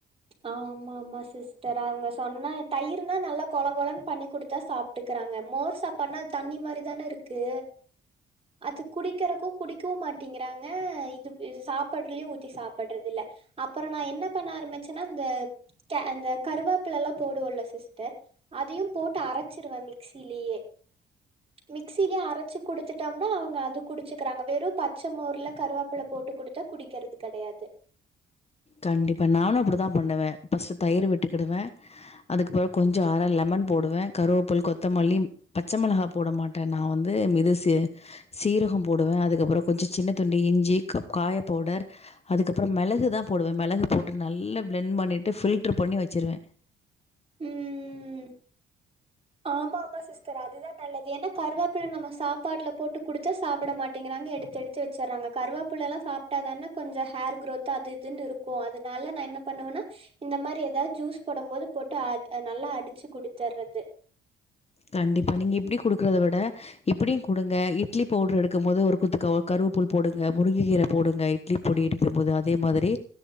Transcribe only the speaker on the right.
ஆமா ஆமா சிஸ்டர் அவங்க சொன்னா தயிர்னா நல்லா கொல கொலன்னு பண்ணி குடுத்தா சாப் ட்டுக்கறாங்க மோர் சாப்பாடுனா தண்ணி மாரி தான இருக்கு அது குடிக்கிறக்கும் குடிக்கவும் மாட்டிங்கறாங்க இது இது சாப்படுறலயும் ஊத்தி சாப்படுறது இல்ல அப்புற நா என்ன பண்ண ஆரம்பிச்சேன்னா அந்த கே அந்த கருவாப்புலலாம் போடுவோல சிஸ்டர் அதயும் போட்டு அரச்சிருவே மிக்சிலியே மிக்சிலியே அரச்சி குடுத்துட்டோம்னா அவங்க அது குடிச்சக்கிறாங்க வெறும் பச்ச மோர்ல கருவோப்பல போட்டு குடுத்தா குடிக்கிறது கடயாது
ம் ஆமா ஆமா சார் சிஸ்டர் அதுதா நல்லது ஏன்னா கருவேப்பில நம்ம சாப்பாட்ல போட்டு குடுத்தா சாப்பிட மாட்டங்கிறாங்க எடுத்து எடுத்து எடுத்து வச்சறாங்க கருவாப்புள்ளலா சாப்ட்டாதான கொஞ்சோ ஹேர் குரோத் அது இதுன்னு இருக்கும் அதனால நா என்ன பண்ணுவேன்னா இந்த மாரி ஏதாவது ஜூஸ் போடும் போது போட்டு அ நல்லா அடிச்சு குடுத்துர்றது